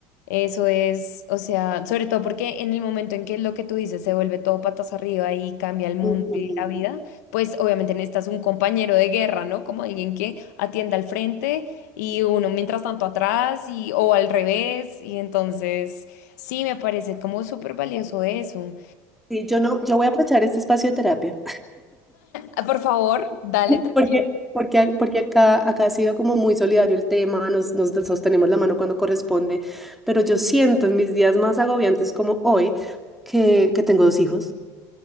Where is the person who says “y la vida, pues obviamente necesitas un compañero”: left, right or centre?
Left